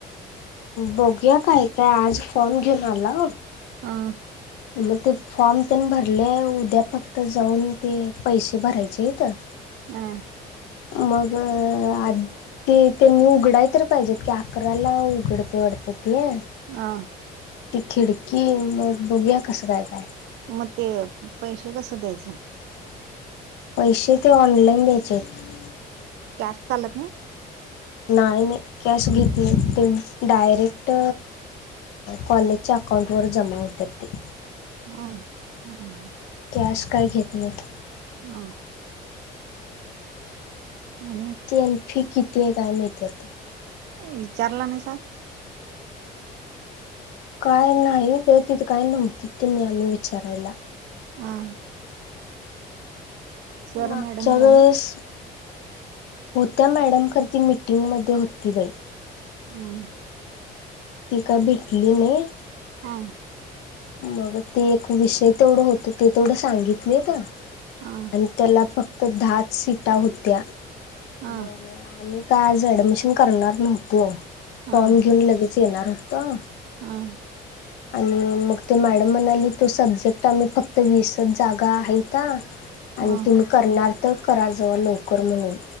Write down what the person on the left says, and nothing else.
बघया काय काय आज फोन घेऊन आला..
मग ते फॉर्म त्यान भरले उद्या फक्त जाऊन ते पैसे भरायचे आहेतत...
मग आ ते त्यांनी उघडाय तर पाहिजेत की अकराला उघडते वाढतं...
ती खिडकी मग बघूया कसं काय काय..
पैसे ते ऑनलाइन द्यायचे आहेत
नाही नाही कॅश घेत नाही त्यांनी... डायरेक्ट कॉलेजच्या अकाऊंटवर जमा होतात ते...
कॅश काय घेत नाहीत...
तेन फी किती आहे काय काय म्हणत्यात...
काय नाही तर तिथं काय नव्हती त त्यांनी आम्ही विचारायला
मागच्या
वेळेस
होत्या मॅडम करती मिटिंग मध्ये होती बाई
ती का भेटली नाही
मग ते एक विषय तेवढं होत ते तेवढं सांगितलीत आणि
त्याला फक्त दहाच सीटा होत्या
मग आम्ही का आज ॲडमिशन करणार नव्हतो
फॉर्म घेऊन लगेच येणार होतं
आणि मग ते मॅडम म्हणाली तो सब्जेक्ट आम्ही फक्त वीसच जागा आहे का आणि
तुम्ही करणार तर करा जवळ लवकर म्हणून